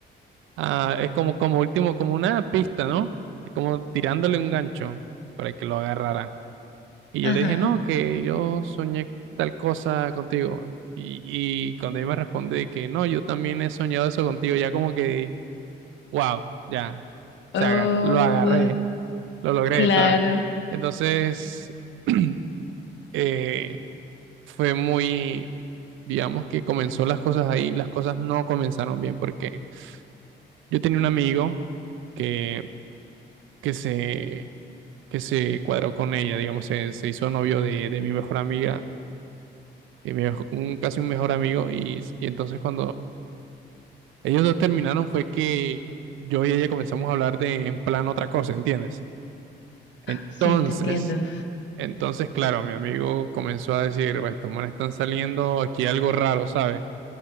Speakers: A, on the right; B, on the left.
A: Ah, es como, como último, como una pista, ¿no? Como tirándole un gancho para que lo agarrara. Y yo
B: Ajá.
A: le dije, no, que yo soñé tal cosa contigo. Y, y cuando él me responde que no, yo también he soñado eso contigo, ya como que, wow, ya, o
B: Oh,
A: sea, lo agarré, lo logré,
B: claro.
A: ¿sabes? Entonces, <clears throat> eh, fue muy, digamos que comenzó las cosas ahí, las cosas no comenzaron bien porque yo tenía un amigo que, que se que se cuadró con ella, digamos, se, se hizo novio de, de mi mejor amiga, de mi mejo- un, casi un mejor amigo, y, y entonces cuando ellos dos terminaron fue que yo y ella comenzamos a hablar de en plan otra cosa, ¿entiendes? Entonces,
B: Sí, te entiendo.
A: entonces, claro, mi amigo comenzó a decir, pues estos manes están saliendo aquí algo raro, ¿sabes?